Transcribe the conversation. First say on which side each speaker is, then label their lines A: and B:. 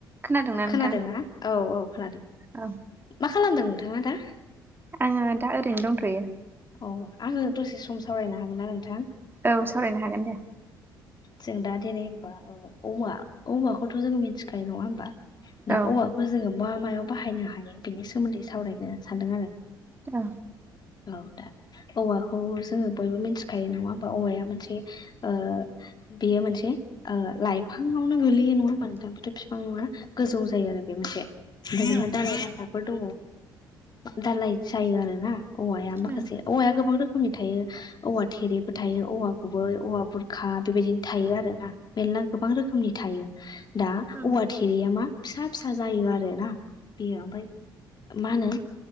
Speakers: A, on the right; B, on the left.
A: खोनादोंना नोंथां?
B: खोनादों ना? औ औ खोनादों।
A: औ
B: मा खालामदों नोंथाङा दा?
A: आंङो दा ओरैनो दंथ'यो।
B: अ आंङो दसे सम सावरायनो हागोन ना नोंथां?
A: औ सावरायनो हागोन दे।
B: जों दा दिनै होनबा ओ औवा औवाखौथ' जोंङो मिथिखायो नङा होमबा? दा
A: औ
B: औवाखौ जोंङो मा मायाव बाहायनो हायो बेनि सोमोन्दै सावरायनो सानदों आरो।
A: औ
B: औ दा औवाखौ जोंङो बयबो मिथिखायो नङा होमबा औवाया मोनसे ओ बेयो मोनसे ओ लाइफांङावनो गोलैयो नङा होनबा नोंथा? बेथ' फिफां नङा गोजौ जायो आरो बे मोनसे। जेनबा
A: औ
B: दालाय दासाफोर दङो दालाय जायो आरो ना औवाया माखासे।
A: औ
B: औवाया गोबां रोखोमनि थायो औवा थेरेबो थायो औवा गुबै औवा बुरखा बेबायदिनो थायो आरो। मेलला गोबां रोखोमनि थायो दा
A: औ
B: औंधा थे थेरेया मा फिसा फिसा जायो आरो ना बे ओमफ्राय मा होनो